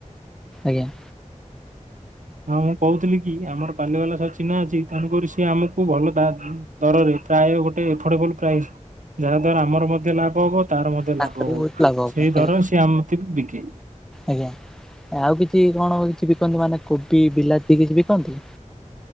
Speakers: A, in the centre; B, on the right (about 85°).
A: ଆଜ୍ଞା।
B: ହଁ, ମୁଁ କହୁଥିଲି କି ଆମର ପାଲି ବାଲା ସହ ଚିହ୍ନା ଅଛି ତେଣୁକରି ସିଏ ଆମକୁ ଭଲ ବା ଦରରେ ପ୍ରାୟ ଗୋଟେ ଆଫୋର୍ଡବଲ ପ୍ରାଇଜ୍ ଯାହା ଦ୍ଵାରା ଆମର ମଧ୍ୟ ଲାଭ ହବ ତାର ମଧ୍ୟ
A: ତାଙ୍କର
B: ଲାଭ
A: ବି
B: ହବ।
A: ବହୁତ ଲାଭ ହବ
B: ସେଇ
A: ଆଜ୍ଞା
B: ଦରରେ ସିଏ ଆମ ମତେ ବିକେ।
A: ଆଜ୍ଞା, ଆଉ କିଛି କଣ ହଉଛି କି କନ୍ତି ମାନେ କୋବି ବିଲାତି କିଛି ବିକନ୍ତି?